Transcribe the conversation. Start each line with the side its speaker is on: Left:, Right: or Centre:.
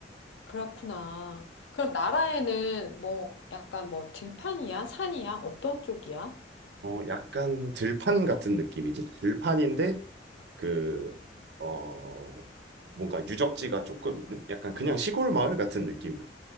Left: 그렇구나. 그럼 나라에는 뭐 약간 뭐 들판이야? 산이야? 어떤 쪽이야?
Right: 어 약간 들판 같은 느낌이지 들판인데 그어 뭔가 유적지가 조금 있는 약간 그냥 시골 마을 같은 느낌이야